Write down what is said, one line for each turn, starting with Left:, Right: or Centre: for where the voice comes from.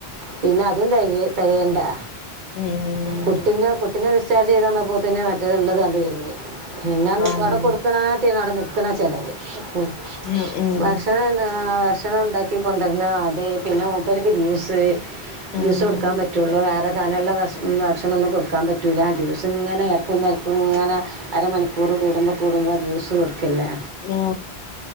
Right: പിന്നെ അതും തേകയ് തേകയേണ്ടേ
Left: ഉം
Right: കുട്ടിന്റെ കുട്ടിനെ ഡിസ്ചാർജ് ചെയ്തന്നപ്പോ ത് ന് മറ്റേത് ഇള്ളത് അത് കഴിഞ്ഞ് പിന്നെന്ത്
Left: ആഹ്
Right: അവിടെ കൊടുക്കണാകാട്ടിം ആണ് അവിടെ നിക്കണ ചെലവ് മ്മ്
Left: ഉം ഉം
Right: ഭക്ഷണം <unintelligible> ഭക്ഷണം ഉണ്ടാക്കി കൊണ്ടുവരണം അത് പിന്നെ മൂപ്പര്ക്ക് ജ്യൂസ് ജ്യൂസ്
Left: ഉം
Right: കൊടുക്കാൻ പറ്റുള്ളൂ വേറെ കാനുള്ള ഭക്ഷ ഭക്ഷണംമോന്നും കൊടുക്കാൻ പറ്റുല്ല ജ്യൂസ് ഇങ്ങനെ എടക്കും തലക്കും ഇങ്ങനെ അരമണിക്കൂറ് കൂടുമ്പോ കൂടുമ്പ ജ്യൂസ് കൊടുക്കല്ലേ
Left: നോ